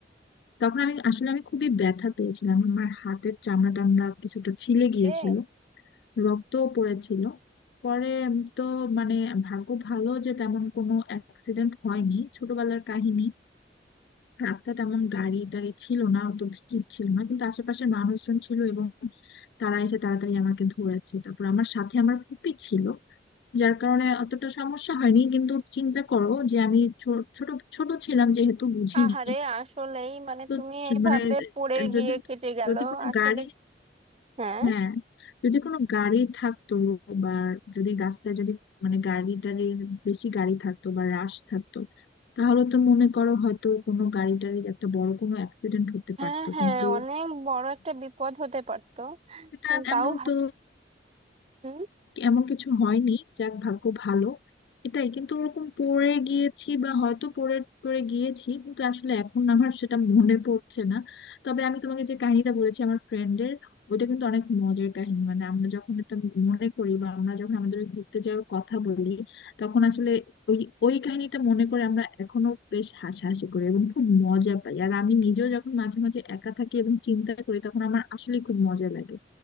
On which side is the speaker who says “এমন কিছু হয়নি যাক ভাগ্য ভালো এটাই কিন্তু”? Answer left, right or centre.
Left